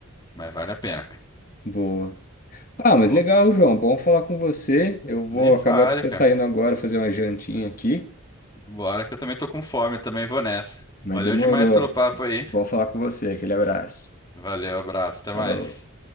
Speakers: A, on the left (about 20°); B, on the left (about 40°).
A: mas vale a pena.
B: Boa. Ah, mas
A: Pô,
B: legal, João. Bom falar com você. Eu vou
A: nem
B: acabar
A: fale,
B: precisando
A: cara.
B: saindo agora, fazer uma jantinha aqui.
A: Bora que eu também tô com fome, eu também vou nessa.
B: Mas
A: Valeu
B: demorou.
A: demais pelo papo aí.
B: Bom falar com você. Aquele abraço.
A: Valeu, abraço, até
B: Falou.
A: mais.